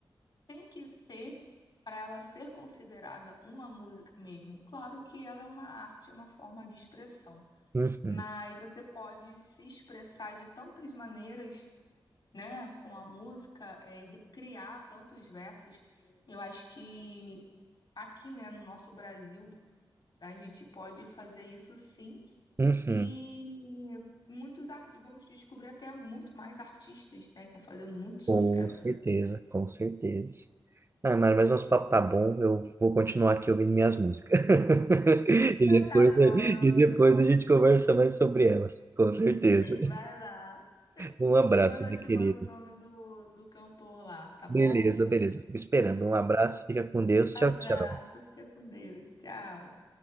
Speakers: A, on the left; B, on the right.
A: tem que ter para ela ser considerada uma música mesmo. Claro que ela é uma arte, é uma forma de expressão,
B: Uhum.
A: mas você pode se expressar de tantas maneiras, né? Com a música, é, criar tantos versos. Eu acho que aqui, né, no nosso Brasil a gente pode fazer isso sim.
B: Uhum.
A: E muitos artistas, vamos descobrir até muito mais artistas, né, que vão fazer muito sucesso.
B: Com certeza, com certeza. Ah, Mário, mas nosso papo tá bom. Eu vou continuar aqui ouvindo minhas músicas. <laughs> E depois,
A: Tá bom, meu amigo.
B: e depois a gente conversa mais sobre elas, com certeza.
A: Vai lá.
B: Um abraço,
A: Depois eu
B: meu
A: te
B: querido.
A: mando o nome do, do cantor lá, tá bom?
B: Beleza, beleza. Fico esperando. Um abraço, fica com Deus.
A: Abraço.
B: Tchau, tchau.
A: Fica com Deus. Tchau.